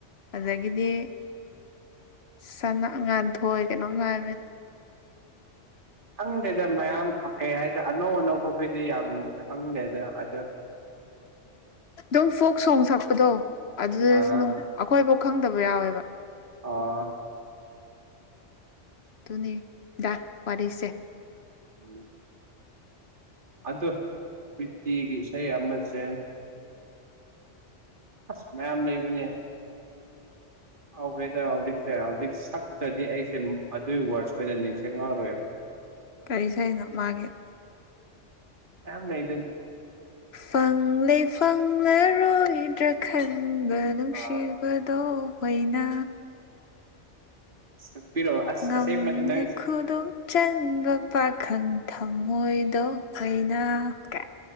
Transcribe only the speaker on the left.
ꯑꯗꯒꯤꯗꯤ ꯆꯅ ꯉꯥꯟꯊꯣꯏ ꯀꯩꯅꯣꯝ ꯂꯥꯛꯕꯅꯤꯅ
ꯑꯗꯨꯝ ꯐꯣꯛ ꯁꯣꯡ ꯁꯛꯄꯗꯣ ꯑꯗꯨꯗꯁꯨ
ꯑꯩꯈꯣꯏꯐꯥꯎ ꯈꯪꯗꯕ ꯌꯥꯎꯋꯦꯕ
ꯑꯗꯨꯅꯤ ꯌꯥꯥꯛ ꯋꯥꯁꯦ
ꯀꯔꯤ ꯁꯅꯣ ꯃꯥꯒꯤ
ꯐꯪꯂꯦ ꯐꯪꯂꯔꯣꯏꯗ꯭ꯔꯥ ꯈꯪꯕ ꯅꯨꯡꯁꯤ
ꯕꯥꯥꯗꯣ ꯑꯣꯏꯅꯥ
ꯉꯝꯂꯦ
<unintelligible> ꯆꯟꯕ ꯄꯥꯈꯪ ꯊꯝꯃꯣꯏꯗꯣ ꯑꯩꯅ ꯀꯥꯏ